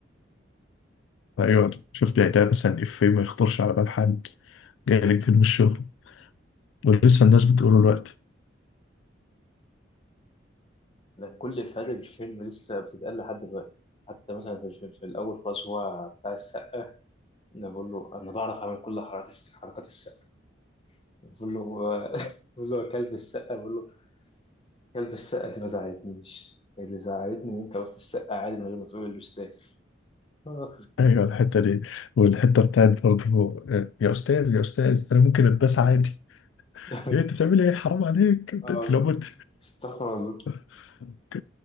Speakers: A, on the left; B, on the left.
A: أيوة شفت إعلان مثلا إفيه ما يخطرش على بال حد جايلك فين من الشغل ولسه الناس بتقوله الوقت
B: كل إفيهات الفيلم لسه بتتقال لحد دلوقتي حتى مثلا في, في, في الأول خالص هو بتاع السقا انا بقول له انا بعرف اعمل كل حركات الس- حركات السقا بقول له <laughs> بقول له يا كلب السقا بقول له كلب السقا دي ما زعلتنيش اللي زعلتني ان انت قلت السقا عادي من غير ما تقول الاستاذ آه،
A: أيوة الحتة دي والحتة بتاعت برضو آه، يا أستاذ يا أستاذ أنا ممكن أتباس عادي
B: <laughs>
A: إيه أنت بتعمل إيه حرام عليك أنت
B: آه،
A: لو مت
B: استغفر الله
A: <laughs>